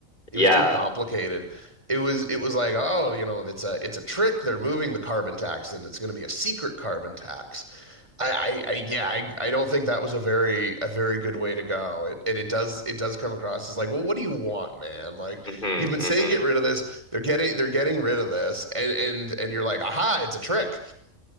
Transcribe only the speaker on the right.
it
was too complicated it was it was like oh you know it's a it's a trick they're moving the carbon tax and it's going to be a secret carbon tax I, I, I yeah, I, I don't think that was a very a very good way to go. It, it it does it does come across as like, well, what do you want, man? Like
you've been
saying get rid of this. They're getting they're getting rid of this, and and and you're like, aha, it's a trick.